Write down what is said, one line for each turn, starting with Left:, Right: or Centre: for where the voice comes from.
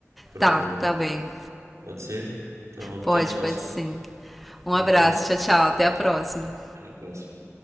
Right: Pra
Centre: Tá,
Right: eu-
Centre: tá bem.
Right: Pode ser? Então,
Centre: Pode,
Right: tchau, tchau,
Centre: pode
Right: sim.
Centre: sim. Um
Right: Foi
Centre: abraço,
Right: um prazer.
Centre: tchau, tchau. Até
Right: Até
Centre: a próxima.
Right: a próxima.